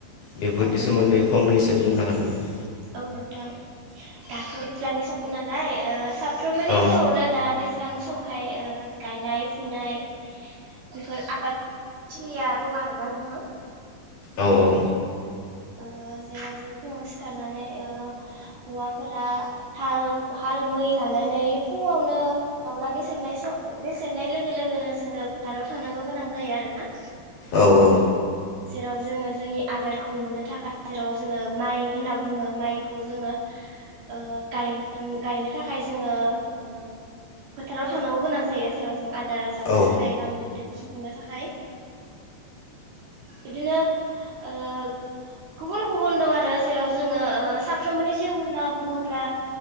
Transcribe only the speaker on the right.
औ नोंथां
औ नोंथां। दाथ' दैज्लांनि सम नालाय ओ सा फ्रोमनि
जिउआवनो दा दैज्लां सम ओमफ्राय ओ गायनाय फुनाय बेफोर आबादथिलिया दं आरोना नोंथां।
ओ जेराव जों फुङाव सिखारनानै ओ हौवाफोरा हाल हाल मै लानानै फुङावनो दाउला गेसेेरनाय स' गेसेेरनाय लोगो लोगोनो जोङो फोथाराव थांनांगौ गोनां जायो आरो ना।
जेराव जोङो जोंनि आदारखौ मोननो थाखाय जेराव जोङो माइ होनना बुङो माइखौ जोङो ओ गायनां गायनो थाखाय जोङो ओ फोथाराव थांनांगौ गोनां जायो। जेराव जों <unintelligible> जानो
थाखाय गावनि उदै खौ सुफुंनो थाखाय बिदिनो ओ गुबुन गुबुन दं आरो जेराव जोङो ओ साफ्रोमबोनि जिउ होनना बुङोब्ला